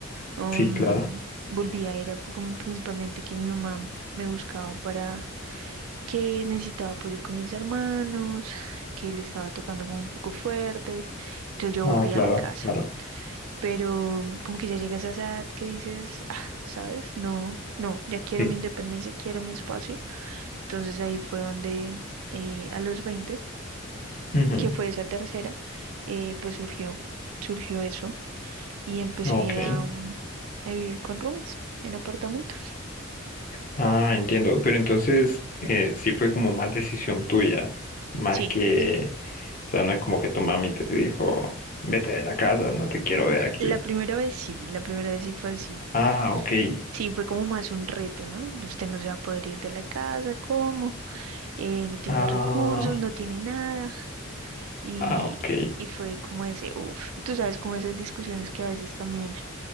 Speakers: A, on the right (about 80°); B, on the left (about 40°).
A: Um,
B: sí, claro.
A: volví era por- como principalmente que mi mamá me buscaba para que necesitaba apoyo con mis hermanos, que le estaba tocando como un poco fuerte. Entonces yo
B: Ah,
A: volví
B: claro,
A: a la casa.
B: claro.
A: Pero mm, como que ya llegas a esa edad que dices, "Ah, ¿sabes? No, no, ya quiero
B: sí
A: mi independencia, quiero mi espacio. Entonces ahí fue donde eh, a los 20,
B: Ujú,
A: que fue esa tercera, eh, pues surgió, surgió eso y empecé
B: Ok.
A: a, mm, a vivir con roomies en apartamentos.
B: Ah, entiendo. Pero entonces, eh, sí fue como más decisión tuya, más
A: Sí,
B: que, o sea, no es como que tu mami te dijo, vete de la casa, no te quiero ver aquí.
A: la primera vez sí, la primera vez sí fue así.
B: Ah, ok.
A: Sí, fue como más un reto, ¿no? Usted no se va a poder ir de la casa, ¿cómo? Eh, no tiene
B: Ah,
A: los recursos, no tiene nada. Y,
B: ah, ok.
A: y fue como ese, uff, tú sabes, como esas discusiones que a veces también